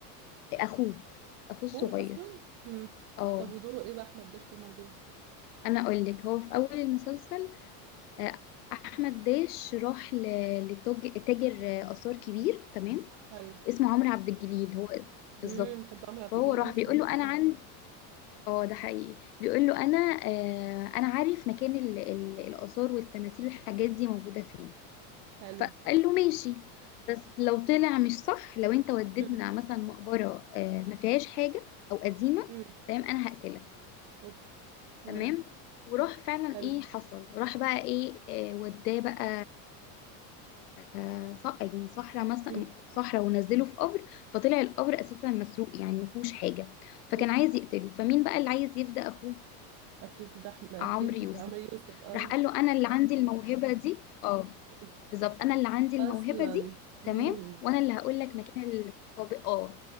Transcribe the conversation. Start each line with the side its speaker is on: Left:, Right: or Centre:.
Left: اخوه اخوه
Right: اخوه
Left: الصغير
Right: اصلا امم
Left: اه
Right: طب ودوره ايه بقى احمد داش في الموضوع
Left: انا اقول لك هو في اول المسلسل آه، احمد داش راح ل- لتاج- تاجر آه، اثار كبير تمام
Right: حلو
Left: اسمه عمرو عبد الجليل هو بالظبط
Right: امم بحب عمرو عبد
Left: فهو
Right: الجليل
Left: راح
Right: قوي في
Left: بيقول
Right: تمثيل
Left: له انا عن اه ده حقيقي بيقول له انا آه، انا عارف مكان ال- ال- الاثار والتماثيل والحاجات دي موجوده فين
Right: حلو
Left: فقال له ماشي بس لو طلع مش صح لو انت وديتنا
Right: امم
Left: مثلا مقبره آه، ما فيهاش حاجه او قديمه
Right: امم
Left: تمام انا هقتلك
Right: اوف آه.
Left: تمام وراح فعلا
Right: حلو
Left: ايه حصل راح بقى ايه آه، وداه بقى آه، ص- يعني صحراء مثلا
Right: مم.
Left: صحراء ونزله في قبر فطلع القبر اساسا مسروق يعني ما فيهوش حاجه فكان
Right: اوف
Left: عايز يقتله فمين بقى اللي عايز يفدى اخوه
Right: اكيد ده أحم- اكيد
Left: عمرو يوسف
Right: عمرو يوسف اه
Left: راح قال له انا اللي عندي الموهبه دي اه
Right: مم.
Left: بالظبط انا اللي عندي الموهبه
Right: اصلا
Left: دي
Right: امم
Left: تمام وانا اللي هقول لك مكان القبر اه